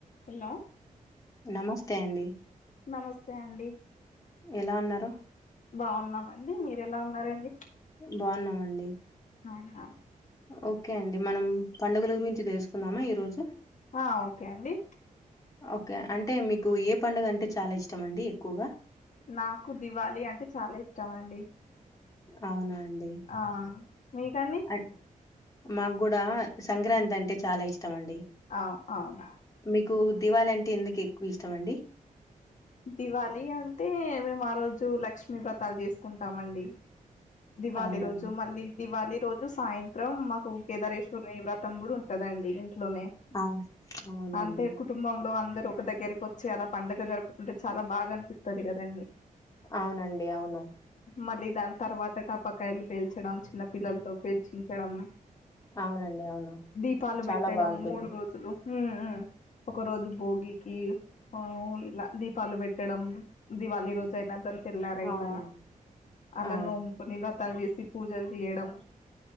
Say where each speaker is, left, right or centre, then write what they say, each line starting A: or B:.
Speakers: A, on the left; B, on the left.
A: Hello
B: నమస్తే అండి
A: నమస్తే అండి
B: ఎలా ఉన్నారు
A: బాగున్నామండి మీర ఎలా ఉన్నారండి
B: బాగున్నామండి
A: ఆహా
B: ఓకే అండి మనం పండుగల గురించి తెలుసుకుందామా ఈ రోజు
A: ఆ ఓకే అండి
B: ఓకే అంటే మీకు ఏ పండుగ అంటే చాలా ఇష్టం అండి ఎక్కువగా
A: నాకు దివాళి అంటే చాలా ఇష్టం అండి
B: అవునా అండి
A: ఆ మీకండి
B: అన్- మాకు కూడా సంక్రాంతి అంటే చాలా ఇష్టం అండి
A: అవు అవున
B: మీకు దివాలి అంటే ఎందుకు ఎక్కువ ఇష్టం అండి
A: దివాళి అంటే మేము ఆ రోజు లక్ష్మీ వ్రతాలు చేసుకుంటామండి దివాళి
B: అవునా
A: రోజు మళ్ళీ దివాళి ఈ రోజు సాయంత్రం మాకు కేదారేశ్వర్నియువ్ర తమ్ముడు ఉంటదండి ఇం లో
B: అవు- అవునండి
A: అంటే కుటుంబంలో అంద ఒక దగ్గరికి వచ్చి అలా పండగ జరుపుకుంటే చాలా బాగా అనిపిస్తుంది స్తుది కద అండి
B: అవునండి అవును
A: మళ్ళీ దాని తర్వాత టాపకాయలు పేల్చడం చిన్న పిల్లలతో పేల్చించడం
B: అవునండి అవును
A: దీపాలు
B: చాలా
A: పెట్టడం
B: బాగుంటుంది
A: మూడు రోజులు హ్మ్ హ్మ్ ఒక రోజు భోగికి ఆ ఇలా దీపాలు పెట్టడం దివాళీ రోజు అయినా ద తెల్లారయినా
B: అవునండి
A: అలాను
B: ఆ,
A: నివ్రతాలు చేసి పూజలు చేయడం